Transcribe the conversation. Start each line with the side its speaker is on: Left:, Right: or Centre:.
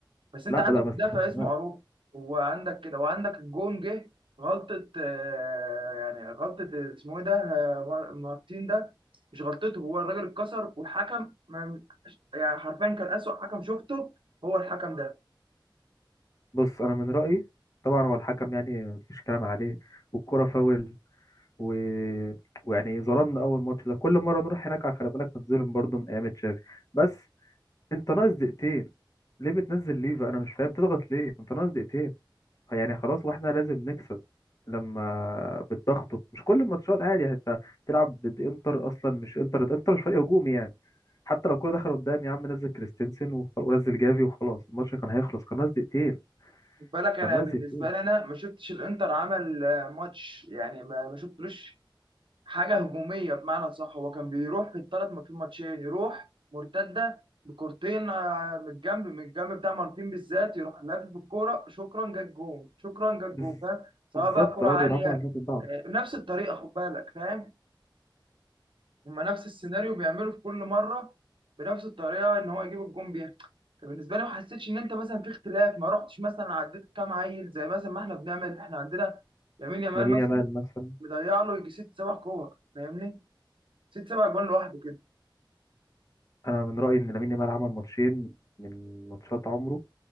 Right: بس انت
Left: لا
Right: عندك
Left: لا بس
Right: مدافع
Left: خلي
Right: اسمه
Left: بالك
Right: عروه وعندك كده وعندك الجون جه غلطة آه، يعني غلطة اسمه ايه ده آه، مار- مارتين ده مش غلطته هو الراجل اتكسر والحكم ما- يعني حرفيا كان أسوأ حكم شفته هو الحكم ده
Left: بص انا من رايي طبعا هو الحكم يعني مفيش كلام عليه والكره فاول و... ويعني ظلمنا اول ماتش ده كل مره نروح هناك على خلي بالك نتظلم برضه من ايام تشافي بس انت ناقص دقيقتين ليه بتنزل ليفا انا مش فاهم تضغط ليه انت ناقص دقيقتين يعني خلاص واحنا لازم نكسب لما بتضغط مش كل الماتشات عادي يعني انت بتلعب ضد انتر اصلا مش انتر انتر مش فريق هجومي يعني حتى لو الكوره دخل قدام يا عم نزل كريستنسن وخ- ونزل جافي وخلاص الماتش كان هيخلص كان ناقص دقيقتين
Right: خد بالك انا
Left: كان ناقص
Right: بالنسبة
Left: دقيقتين
Right: لي انا ما شفتش الانتر عمل آه، ماتش يعني ما ما شفتلوش حاجه هجوميه بمعنى صح هو كان بيروح في الثلاث في الماتشين يروح مرتده بكورتين آه، من الجنب من الجنب بتاع مارتين بالذات يروح لافف بالكوره شكرا جت جون شكرا جت
Left: بز-
Right: جون فاهم سواء
Left: بالظبط
Right: بقى كوره
Left: اه
Right: عاليه
Left: بيلعبوا على نقطه ضعف
Right: آه، بنفس الطريقه خد بالك فاهم هما نفس السيناريو بيعملوا في كل مره بنفس الطريقه ان هو يجيب الجون بيها فبالنسبه لي ما حسيتش ان انت مثلا في اختلاف ما رحتش مثلا عديت كام عيل زي مثلا ما احنا بنعمل احنا عندنا لامين يامال
Left: لامين
Right: مثلا
Left: يامال مثلا
Right: مضيع له يجي ست سبع كور فاهمني ست سبع جوان لوحده كده
Left: انا من رايي ان لامين يامال عمل ماتشين من ماتشات عمره